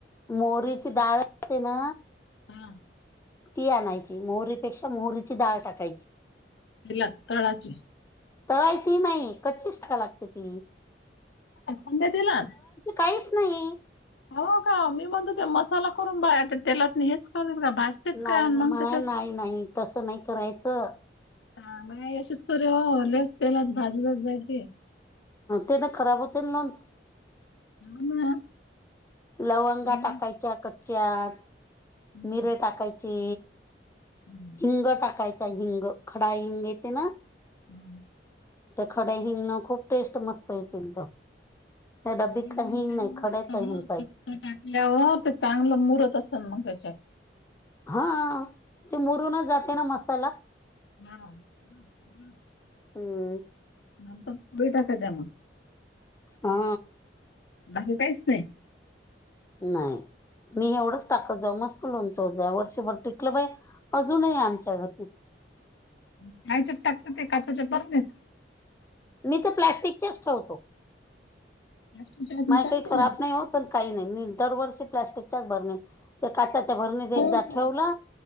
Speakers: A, on the left; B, on the left.
A: मोहरीची डाळ असते ना
B: हा
A: ती आणायची मोहरीपेक्षा मोहरीची डाळ टाकायची
B: ती लागते तळायची
A: तळायची नाही कच्चीच छान लागते ती
B: खंड्या तेलात
A: काहीच नाही
B: हो का मी म्हणते ते मसाला करून बाया तेलातनी हेच करून का भाजतेत
A: नाही
B: काय
A: ना
B: मग
A: माया
B: त्यांच्यात
A: नाही नाही तसं नाही करायचं
B: हा माझी आय अशाची करून लईच तेलात भाजून जायची
A: तेन खराब होते लोणच
B: हो ना
A: लवंगा
B: हम्म
A: टाकायच्या कच्च्याच
B: हम्म
A: मिरे टाकायचे
B: हम्म
A: हिंग टाकायचा हिंग खडा हिंग येते ना?
B: हम्
A: त्या खड्या हिगणं खूप टेस्ट मस्त येते एकदम त्या डब्बीतला
B: म्हणून
A: हींग
B: ते
A: नाही
B: मग
A: खड्याचा
B: हे सगळं
A: हींग
B: फक्त टाकल्यावर ते चांगलं मुरत असन मग त्याच्यात
A: हा ते मुरूनच जाते ना मसाला
B: हम <inaudible>
A: हम्म
B: नंतर पुढे टाका द्या मग
A: हा
B: बाकी काहीच नाही?
A: नाही मी एवढंच टाकत जाऊ मस्त लोणचं होत जाय वर्षभर टिकलं बाई अजूनही आमच्या घरती
B: <unintelligible> टाकता काय काचच्या बरणीत?
A: मी तर प्लास्टिकच्याच ठेवतो
B: प्लास्टिकच्या ह्याच्यात
A: माझ काय
B: चालते
A: खराब
B: का
A: नाही होत पण काही नाही मी दरवर्षी प्लस्टिकच्याच भरणीत ते काच्याच्या भरणीत
B: हो
A: एकदा
B: का
A: ठेवलं